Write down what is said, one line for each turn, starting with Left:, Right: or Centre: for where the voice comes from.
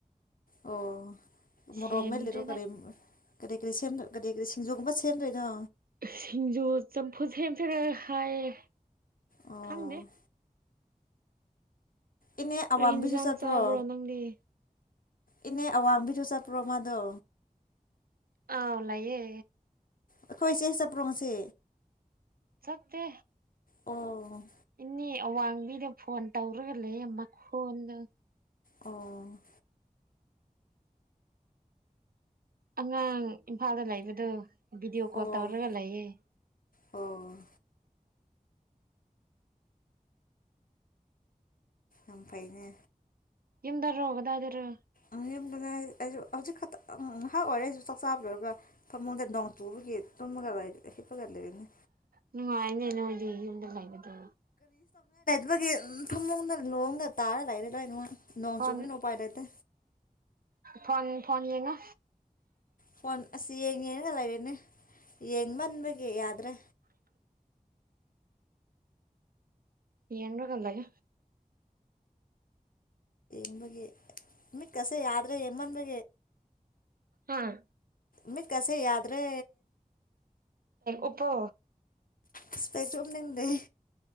Left: ꯑꯣ ꯃꯔꯣꯛ
Right: ꯁꯦꯝꯗ꯭ꯔꯦꯗ
Left: ꯃꯦꯠꯂꯤꯔꯣ ꯀꯔꯤꯅꯣ ꯀꯔꯤ ꯀꯔꯤ ꯁꯦꯝ ꯀꯔꯤ ꯀꯔꯤ ꯁꯤꯡꯖꯨꯒꯨꯝꯕ ꯁꯦꯝꯗꯣꯏꯔꯣ
Right: ꯁꯤꯡꯖꯨ ꯆꯝꯐꯨꯠ ꯁꯦꯝꯁꯤꯔꯤ ꯍꯥꯏꯌꯦ
Left: ꯑꯣ
Right: ꯈꯪꯗꯦ
Left: ꯏꯅꯦ ꯑꯋꯥꯡꯕꯤꯁꯨ
Right: ꯀꯩ ꯏꯟꯖꯥꯡ
Left: ꯆꯠꯄ꯭ꯔꯣ
Right: ꯆꯥꯕ꯭ꯔꯣ ꯅꯪꯗꯤ
Left: ꯏꯅꯦ ꯑꯋꯥꯡꯕꯤ ꯆꯠꯄ꯭ꯔꯣ ꯃꯥꯗꯣ
Right: ꯑꯥ ꯂꯩꯌꯦ
Left: ꯑꯩꯈꯣꯏ ꯆꯦ ꯆꯠꯄ꯭ꯔꯣ ꯉꯁꯤ
Right: ꯆꯠꯇꯦ
Left: ꯑꯣ
Right: ꯏꯅꯦ ꯑꯋꯥꯡꯕꯤꯗ ꯐꯣꯟ ꯇꯧꯔꯒ ꯂꯩ ꯃꯈꯣꯟꯗ
Left: ꯑꯣ
Right: ꯑꯉꯥꯡ ꯏꯝꯐꯥꯜꯗ ꯂꯩꯕꯗꯨ ꯕꯤꯗꯤꯑꯣ
Left: ꯑꯣ
Right: ꯀꯣꯜ ꯇꯧꯔꯒ ꯂꯑ
Left: ꯑꯣ ꯑꯝꯐꯅꯦ
Right: ꯌꯨꯝꯗꯔꯣ ꯀꯗꯥꯏꯗꯔꯣ꯫
Left: ꯎ ꯌꯨꯝꯗꯅꯦ ꯑꯩꯁꯨ ꯍꯧꯖꯤꯛ ꯈꯛꯇ ꯉꯥꯏꯍꯥꯛ ꯑꯣꯏꯔꯦ ꯑꯩꯁꯨ ꯆꯥꯛ ꯆꯥꯕ ꯂꯣꯏꯔꯒ ꯊꯃꯨꯡꯗ ꯅꯣꯡ ꯆꯨꯕꯒꯤ ꯇꯨꯝꯃꯒ ꯍꯤꯞꯄꯒ ꯂꯩꯔꯤꯅꯦ
Right: ꯅꯨꯡꯉꯥꯏꯅꯦ ꯅꯣꯢꯗꯤ ꯌꯨꯝꯗ ꯂꯩꯕꯗ
Left: ꯑꯩꯒꯤ ꯎꯝ ꯐꯃꯣꯡꯗ ꯂꯣꯡꯅ ꯇꯥꯔ ꯂꯩꯔꯦ ꯑꯗ꯭ꯋꯥꯏꯅꯨꯡ ꯅꯣꯡ
Right: ꯐꯣꯟ
Left: ꯆꯨꯕꯅꯤꯅ ꯎꯄꯥꯏ ꯂꯩꯇꯦ꯫
Right: ꯐꯣꯟ ꯐꯣꯟ ꯌꯦꯡꯉꯣ
Left: ꯐꯣꯟ ꯑꯁ ꯌꯦꯡꯉꯦꯔ ꯂꯩꯔꯤꯅꯦ ꯌꯦꯡꯃꯟꯕꯒꯤ ꯌꯥꯗ꯭ꯔꯦ
Right: ꯌꯦꯟꯒꯂꯑꯣ
Left: ꯏꯕꯒꯤ ꯀꯁ ꯌꯥꯎꯗ꯭ꯔꯦ ꯌꯦꯃꯟꯕꯦ
Right: ꯍꯥꯥ
Left: ꯃꯤꯠ ꯀꯁꯦ ꯌꯥꯗ꯭ꯔꯦ
Right: ꯎꯄꯣ
Left: ꯏꯁꯄꯦꯛ ꯆꯨꯝꯅꯤꯡꯗꯦ